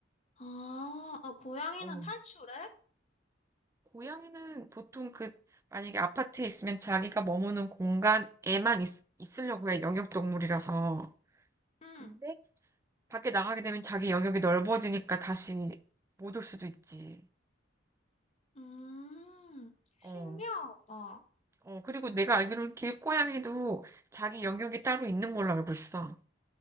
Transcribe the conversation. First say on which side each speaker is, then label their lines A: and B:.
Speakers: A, on the left; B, on the right.
A: 아, 아, 고양이는
B: 어,
A: 탈출해?
B: 고양이는 보통 그, 만약에 아파트에 있으면 자기가 머무는 공간에만 있, 있으려고 해, 영역동물이라서.
A: 응.
B: 근데 밖에 나가게 되면 자기 영역이 넓어지니까 다시 못 올 수도 있지.
A: 음, 신기하다.
B: 어, 어, 그리고 내가 알기로는 길고양이도 자기 영역이 따로 있는 걸로 알고 있어.